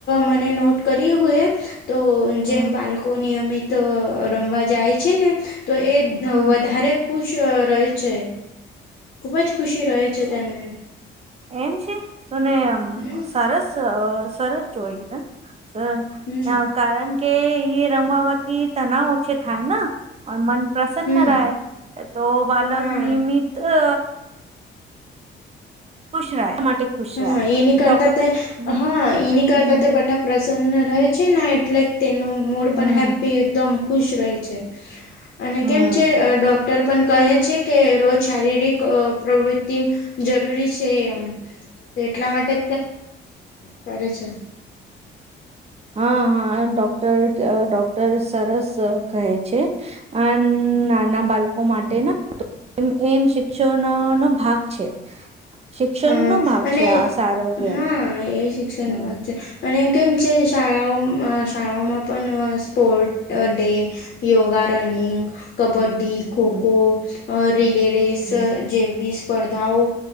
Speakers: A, on the left; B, on the right.
A: મને નોટ કરી હોય. તો
B: હમ
A: જેમ બાળકો નિયમિત રમવા જાય છે ને. તો એ
B: હમ
A: વધારે ખુશ રહે છે. ખુબ જ ખુશી રહે છે તને.
B: એમ છે તોને
A: હમ
B: સરસ સરસ જોઈ ને સરસ.
A: હમ
B: હ કારણ કે એ રમવાવાથી તનાવ ઓછે થાય ને. મન પ્રસન્ન
A: હમ
B: રાય તો બાલક
A: હા
B: નિયમિત અ. ખુશ રહ એ માટે. ખુશ રહે
A: હા એની કરતા
B: ડોક
A: તે
B: હમ
A: હા એની કરતાં
B: હમ
A: તે બઠા પ્રસન્ન રહે છે ને એટલે. તેનું મૂડ
B: હમ
A: પણ હેપી એકદમ ખુશ રહે છે અને
B: હમ
A: કેમ છે ડો. ડૉક્ટર પણ કહે છે કે રોજ શારીરિક પ્રવૃત્તિ જરૂરી છે એમ. તો એટલા માટે કરે છે.
B: હા હા ડોક્ટર ડોક્ટર સરસ કહે છે. અ નાના બાળકો માટે ના. એ એમ શિક્ષણનો નો ભાગ છે. શિક્ષણનો
A: હા
B: ભાગ
A: અને
B: છે આ સારો ગેમ
A: હા એ શિક્ષણનો
B: હમ
A: ભાગ છે અને કેમ છે શાળાઓમાં શાળાઓમાં પણ sport day yoga running kabaddi ખોખો
B: હમ
A: રિલેરેસ
B: હમ
A: જેવી સ્પર્ધાઓ